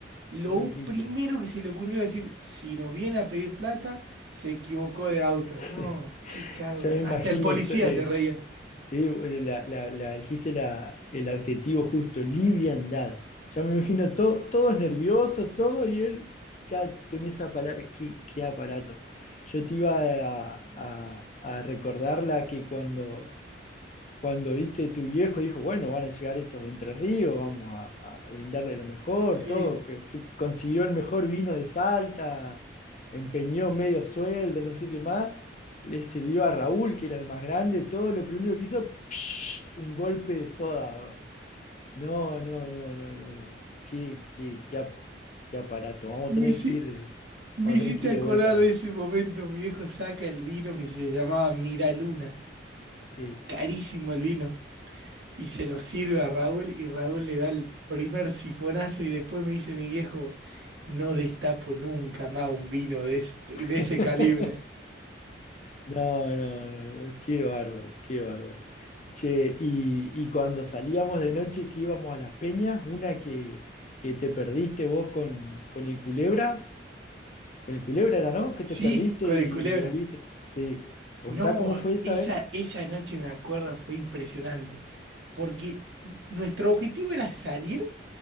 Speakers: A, on the right; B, on the left.
A: Lo
B: Vos lo dijiste.
A: primero que se le ocurrió decir, si nos viene a pedir plata, se equivocó de auto.
B: <laughs>
A: No, qué cago.
B: Ya me imagino.
A: Hasta el policía
B: to- eh,
A: se reía.
B: sí, bueno, la, la- la- dijiste la- el adjetivo justo, liviandad. Ya me imagino to- todos nerviosos, todo, y él ya con esa palabra, qué, qué aparato. Yo te iba a, a- a recordar la que cuando Cuando viste tu viejo, dijo, bueno, van a llegar estos de Entre Ríos, vamos a, a brindarle lo mejor,
A: Sí,
B: todo, que fue- consiguió el mejor vino de Salta, empeñó medio sueldo, no sé qué más, le sirvió a Raúl, que era el más grande, todo, lo primero que hizo, <laughs> un golpe de soda. No, no, no, no, no. no. Qué, qué, qué, ap- qué aparato. Vamos
A: me,
B: a tener
A: hici-
B: que ir,
A: me
B: vamos
A: hiciste
B: a tener que ir
A: acordar
B: de vuelta.
A: de ese momento. Mi viejo saca el vino que se llamaba Miraluna.
B: Sí.
A: Carísimo el vino. y se lo sirve a Raúl y Raúl le da el primer sifonazo y después me dice mi viejo, no destapo nunca más un vino de ese, de
B: <laughs>
A: ese calibre.
B: No, no, no, no, qué bárbaro, qué bárbaro. Che, y, y cuando salíamos de noche que íbamos a las peñas, una que, que te perdiste vos con, con el Culebra, con el Culebra era, ¿no? Que te
A: Sí,
B: perdiste
A: con
B: y
A: el culebra.
B: volviste. Sí, contá
A: No,
B: cómo fue esa,
A: esa,
B: a ver.
A: esa noche me acuerdo fue impresionante, porque nuestro objetivo era salir,